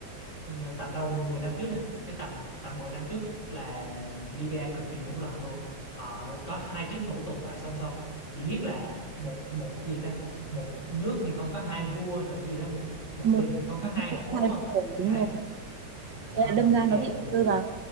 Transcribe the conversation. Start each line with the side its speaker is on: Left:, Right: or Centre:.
Left: th- tầm đâu 10 năm trước nè cái tầm tầm 10 năm trước là Libya cực kỳ hỗn loạn luôn họ có hai chính phủ tồn tại song song chỉ biết là một một gì ta một nước thì không có hai vua rồi gì đó một một
Right: một
Left: rừng thì không có
Right: Nó
Left: hai hổ
Right: bị thay
Left: đúng không
Right: đổi đúng
Left: đấy
Right: rồi.
Left: đó
Right: Thế là đâm
Left: mà
Right: ra
Left: Libya
Right: nó bị
Left: lại bị
Right: rơi vào